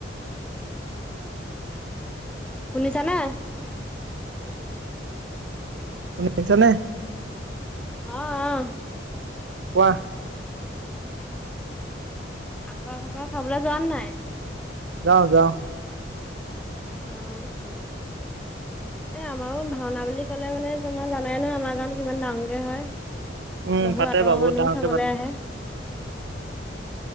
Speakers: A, in the centre; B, on the right.
A: শুনিছা নে?
B: শুনি আছে নে?
A: আহ'আহ।
B: কোৱা?
A: আখৰা-চকৰা চাবলৈ যোৱা নাই?
B: যাও যাও।
A: উম। এ, আমাৰো ভাওনা বুলি ক'লে মানে তোমাৰ জানাইে নহয়, আমাৰ গাঁত কিমান ডাঙকে হয়।
B: উম
A: বহু
B: পাতে
A: আঁতৰৰ
B: বাৰু বহুত
A: মানুহো
B: ডাঙৰকে
A: চাবলৈ
B: পাতে
A: আহে।